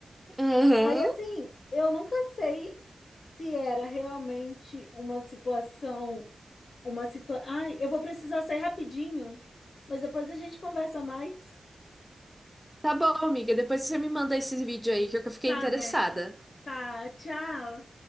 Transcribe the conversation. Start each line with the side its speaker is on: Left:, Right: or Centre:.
Centre: Aham.
Left: Aí, assim, eu nunca sei se era realmente uma situação. Uma situação. Ai, eu vou precisar sair rapidinho, mas depois a gente conversa mais.
Centre: Tá bom, amiga. Depois você me manda esse vídeo aí que eu fiquei
Left: Tá
Centre: interessada.
Left: bem. Tá, tchau.